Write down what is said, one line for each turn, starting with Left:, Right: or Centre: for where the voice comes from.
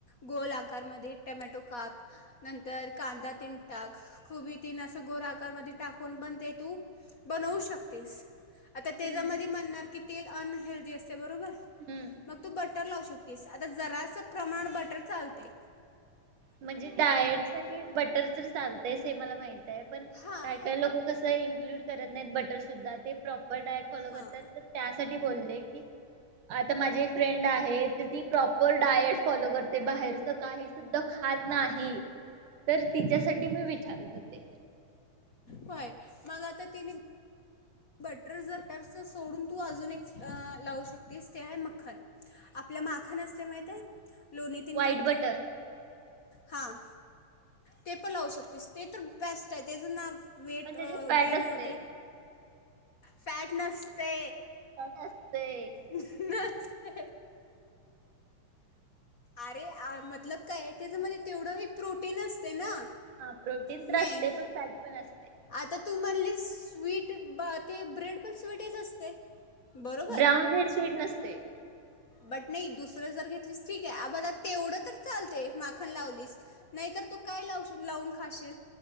Left: गोल आकारमध्ये टमॅटो काप नंतर, कांदा तीन टाक खुबी तीन असं गोरकारमध्ये टाकून बनते तू बनवू शकतेस आता त्याच्यामध्ये
Right: हम्म
Left: म्हणणार की तेल अन हेल्दी अस बरोबर
Right: हम्म.
Left: मग तू बटर लावू शकत तीस आता जरासं प्रमाण बटर चालतय.
Right: म्हणजे डायट साठी तर जर चालतेस मला माहिती पण
Left: हां
Right: काय काय लोक कसं इक्लू करत ब. तर सुद्धा ते प्रॉपर डायट फॉलो
Left: हां
Right: करतात. तर त्यासाठी बोलले की. आता माझी एक फ्रेंड आहे ती प्रॉपर डायट फॉलो करते बाहेरच काही सुद्धा. खात नाही तर तिच्यासाठी मी विचारत होते
Left: होय मग आता तनी. बटर जटरस सोडून तू अजून एक लावू शकतेस ते आहे मखन आपलं माखन असते माहित लोणी तीन
Right: व्हाईट
Left: काढते.
Right: बटर
Left: हां ते पण लावू शकतेस ते तर बेस्ट आहे तेचं नाव. वेट
Right: पण त्याच्यात फॅट
Left: गेन
Right: असते
Left: होते. फॅट नसते
Right: फॅट असते
Left: नसते. अरे मतलब काय आहे त्याच्या मध्ये तेवढं हे प्रोटीन असते ना.
Right: हा प्रोटीन तर
Left: मेन
Right: असते पण फॅट पण असते
Left: आता तू म्हणाली स्वीट ब. ते ब्रेड पण स्वीटहीच असते. बरोबर
Right: ब्राऊन ब्रेड स्वीट नसते.
Left: बट नाही दुसरं जर घेतलीच ठी. बघ तेवढं तर. चालते माखन लावलीस नाहीतर तू काय लाव लावून खाशील.